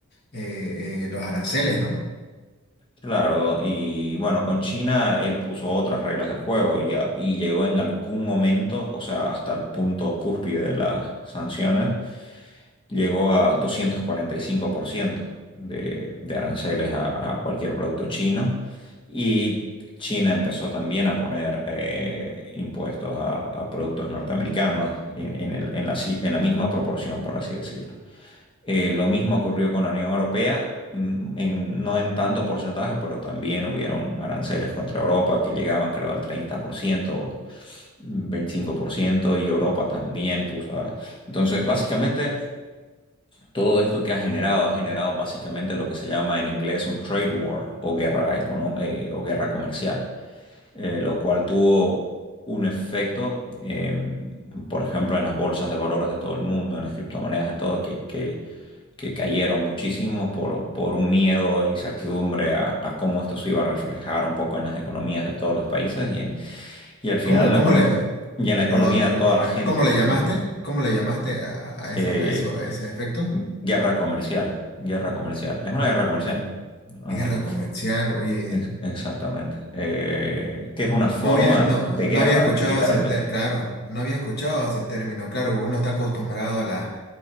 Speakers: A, on the left; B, on the left.
A: eh, eh, los aranceles, ¿no?
B: claro, y bueno, con China él puso otras reglas del juego y, a- y llegó en algún momento, o sea, hasta el punto cúspide de las sanciones llegó a 245% de, de aranceles a, a cualquier producto chino y China empezó también a poner eh, impuestos a, a productos norteamericanos en, en el- en la, si- en la misma proporción, por así decirlo. Eh, lo mismo ocurrió con la Unión Europea. mm, en- no en tanto porcentaje, pero también hubieron aranceles contra Europa que llegaban creo al treinta por ciento veinticinco por ciento y Europa también puso a... Entonces, básicamente, todo esto que ha generado, ha generado básicamente lo que se llama en inglés un trade war o guerra econo- eh, o guerra comercial, eh, lo cual tuvo un efecto, eh, por ejemplo, en las bolsas de valores de todo el mundo, en las criptomonedas, en todo, que, que- que cayeron muchísimo por, por un miedo e incertidumbre a, a cómo esto se iba a reflejar un poco en las economías de todos los países y, en, y al final
A: ¿Cómo,
B: en la,
A: cómo
B: econom-
A: le,
B: y en la economía
A: perdón, discúlpame,
B: de toda la gente.
A: ¿cómo le llamaste?
B: Ujú.
A: ¿Cómo le llamaste a, a- a
B: Eh,
A: esa, a eso, a ese efecto?
B: Guerra comercial, guerra comercial. Es una guerra comercial.
A: A
B: Ajá,
A: guerra comercial, oye,
B: ex- exactamente. Eh, que es una forma
A: no había, no,
B: de
A: no
B: guerra,
A: había escuchado
B: literalmente.
A: ese, te- claro, no había escuchado ese término, claro, porque uno está acostumbrado a, la-